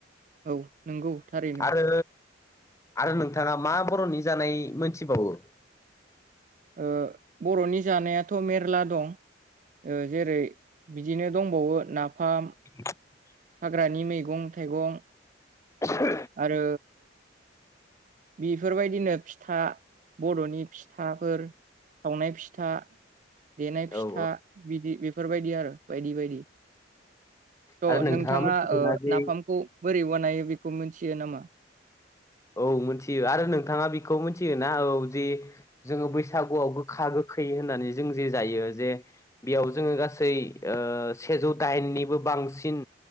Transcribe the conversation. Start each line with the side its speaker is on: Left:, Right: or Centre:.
Right: औ नंगौ थारैनो।
Left: आरो आरो नोंथाङा मा बर'नि जानाय मोनथिबावो?
Right: ओ बर'नि जानायाथ' मेरला दं। ओ जेरै बिदिनो दंबावो नाफाम,
Left: <unintelligible>
Right: हाग्रानि मैगं थाइगं,
Left: <unintelligible>
Right: आरो बेफोरबायदिनो फिथा बर'नि फिथाफोर, सावनाय फिथा, देनाय फिथा,
Left: औ औ
Right: बिदि बे फोरबायदि आरो बायदि बायदि। थ'
Left: आरो
Right: नोंथाङा
Left: मिथिगौना
Right: ओ
Left: जे
Right: नाफामखौ बोरै बानायो बेखौ मिथियो नामा?
Left: औ मिथियो‌। आरो नोंथाङा बेखौ मिथियो ना औ जे जोङो बैसागुआव गोखा गोखै होननानै जों जे जायो जे बेयाव जोङो गासै ओ सेजौ दाइननिबो बांसिन